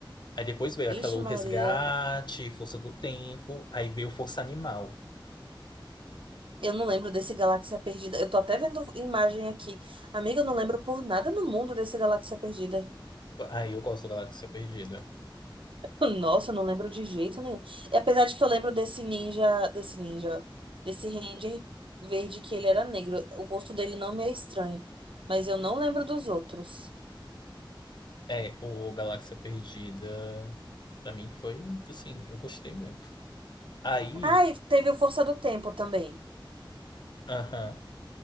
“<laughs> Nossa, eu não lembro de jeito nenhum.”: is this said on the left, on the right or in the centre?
Right